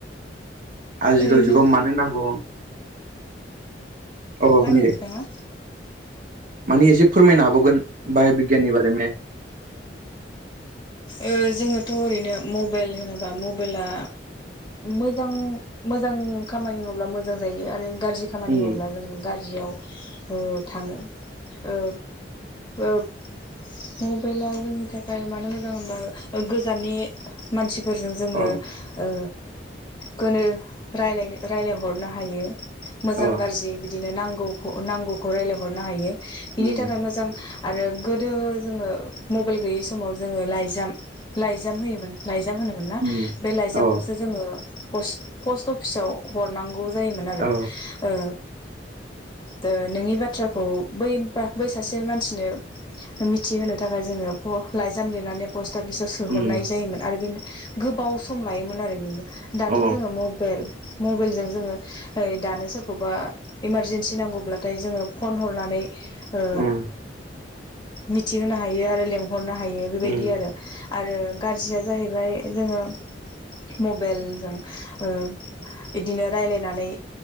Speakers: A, on the right; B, on the left.
A: आजिखालि
B: ओरैनो
A: जुगाव मानो नांगौ अ
B: मा
A: होनदे।
B: होनो नोंथाङा
A: मानि एसे फोरमायनो हाबावगोन बाय' बिगियाननि बारैनो।
B: ओ जोङोथ' ओरैनो मबाइल होनोब्ला मबाइला मोजां मोजां खामानि मावब्ला मोजां जायो आरो गाज्रि खामानि
A: उम
B: मावब्ला जों गारज्रियाव ओ थाङो ओ ओ मबाइला जोंनि थाख ओ मानो मोजां होनबा गोजाननि मानसिफोरजों जोङो
A: अ
B: ओ गोनो रायलाय रायलायहरनो हायो मोजां
A: अ
B: गाज्रि बिदि बिदिनो नांगौ नांगौखौ रायलायहरनो हायो बिनि
A: उम
B: थाखाय मोजां आरो गोदो जोङो मबाइल गैयै समाव जोङो लाइजाम लाइजाम होयोमोन। लाइजाम होनोमोन ना
A: उम
B: बे लाइजामखौसो
A: अ
B: जोङो पष्ट पष्ट अफिसाव हरनांगौ जायोमोन आरो
A: अ
B: ओ ओ नोंनि बाथ्राखौ बैबा बै सासे मानसिनो मिथिहोनो थाखाय जोङो फ लाइजाम लिरनानै पस्टाफिसाव सोहरनाय
A: उम
B: जायोमोन आरो बेनो गोबाव सम लायोमोन आरो बिनो दाथ'
A: अ
B: जोङो मबाइल मबाइलजों जोङो ओय दानो सोरखौबा इमारजेनसि नांगौब्लाथाय जोङो फन हरनानै ओ‌
A: उम
B: मिथिहोनो हायो आरो लेंंहरनो हायो बेबायदि
A: उम
B: आरो। आरो गाज्रिया जाहैबाय जोङो मबाइलजों ओ बिदिनो रायलायनानै